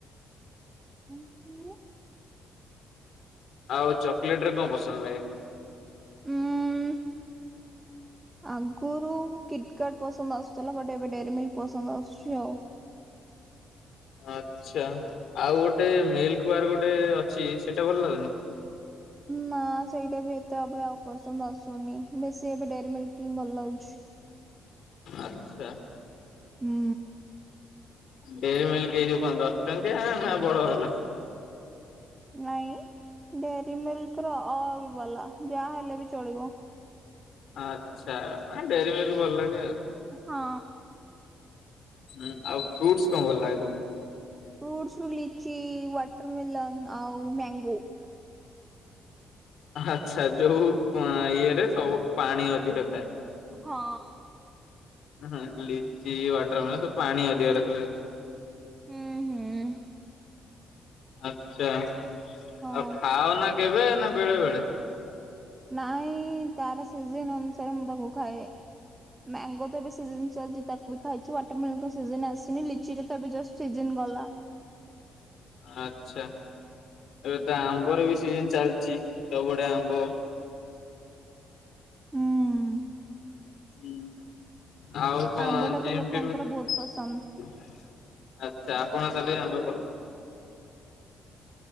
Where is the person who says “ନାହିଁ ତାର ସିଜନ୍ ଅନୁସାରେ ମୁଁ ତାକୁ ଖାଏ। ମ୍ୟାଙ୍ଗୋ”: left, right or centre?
Right